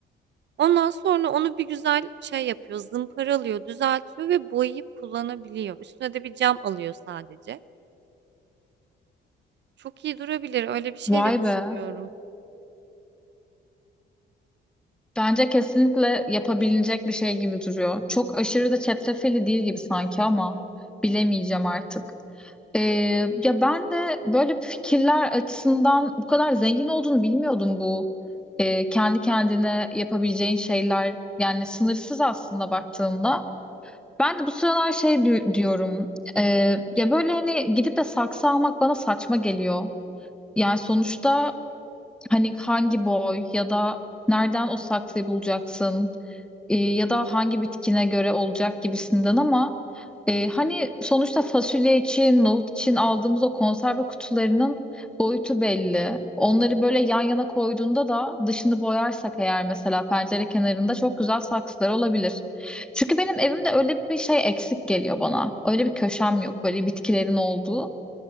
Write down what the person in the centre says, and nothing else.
vay
be.
Bence kesinlikle yapabilecek bir şey gibi duruyor. Çok aşırı da çetrefilli değil gibi sanki ama bilemeyeceğim artık. Ee, ya ben de böyle fikirler açısından bu kadar zengin olduğunu bilmiyordum bu. Ee, kendi kendine yapabileceğin şeyler yani sınırsız aslında baktığında. Ben de bu sıralar şey di- diyorum. ee, ya böyle hani gidip de saksı almak bana saçma geliyor. Yani sonuçta Hani hangi boy ya da nereden o saksıyı bulacaksın e, ya da hangi bitkine göre olacak gibisinden ama e, hani sonuçta fasulye için, nohut için aldığımız o konserve kutularının boyutu belli. Onları böyle yan yana koyduğunda da dışını boyarsak eğer mesela pencere kenarında çok güzel saksılar olabilir. Çünkü benim evimde öyle bir şey eksik geliyor bana. Öyle bir köşem yok böyle bitkilerin olduğu.